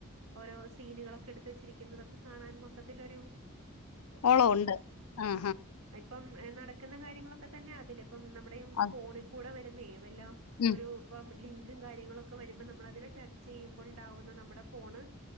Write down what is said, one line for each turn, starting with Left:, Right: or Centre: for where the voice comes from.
Right: ഓരോ സീനുകളൊക്കെ എടുത്ത് വെച്ചിരിക്കുന്നതൊക്കെ കാണാൻ മൊത്തത്തിലൊരു
Left: ഓളോണ്ട് ആഹ്
Right: ആ ഇപ്പം നടക്കുന്ന കാര്യങ്ങളൊക്കെ തന്നെ അതില് ഇപ്പം നമ്മുടെ ഈ
Left: അത്
Right: ഫോണി കൂടെ വരുന്നേ വല്ല
Left: ഉം
Right: ഒരു ഇപ്പം ലി ങ്കും കാര്യങ്ങളൊക്കെ വരുമ്പോ നമ്മളതില് ടച്ച് ചെയ്യുമ്പോൾ ഉണ്ടകുന്ന നമ്മുടെ ഫോണ്